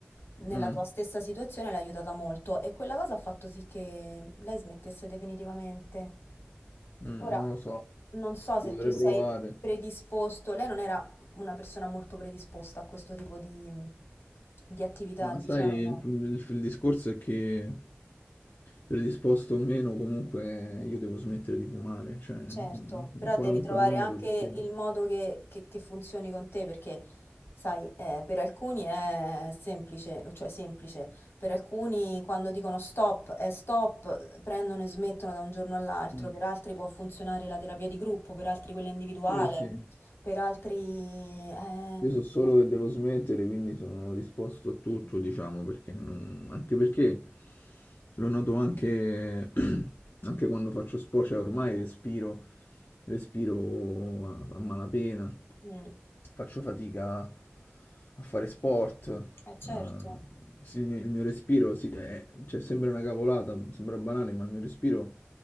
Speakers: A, on the left; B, on the left.
A: nella
B: mm.
A: tua stessa situazione l'ha aiutata molto e quella cosa ha fatto sì che lei smettesse definitivamente.
B: Mm,
A: Ora,
B: non lo so,
A: non so
B: ci
A: se
B: potrei
A: tu sei
B: provare.
A: predisposto, lei non era una persona molto predisposta a questo tipo di, di attività,
B: Ma
A: diciamo.
B: sai, il, il- il discorso è che predisposto o meno, comunque io devo smettere di fumare, cioè in
A: Certo,
B: in
A: però
B: qualunque
A: devi trovare
B: modo,
A: anche
B: perché...
A: il modo che, che- che funzioni con te, perché sai, eh, per alcuni è semplice, cioè semplice, per alcuni quando dicono stop è stop, prendono e smettono da un giorno all'altro,
B: Mm,
A: per altri può funzionare la terapia di gruppo, per altri quella individuale,
B: Sì, sì.
A: per altri... Eh,
B: Io so solo che devo smettere, quindi sono disposto a tutto, diciamo, perché non- anche perché lo noto anche, <clears throat> anche quando faccio sport, cioè ormai respiro, respiro a, a malapena,
A: mm,
B: faccio fatica a fare sport,
A: eh, certo,
B: eh, sì, il mio, il mio respiro, sì, è- cioè, sembra una cavolata, sembra banale, ma il mio respiro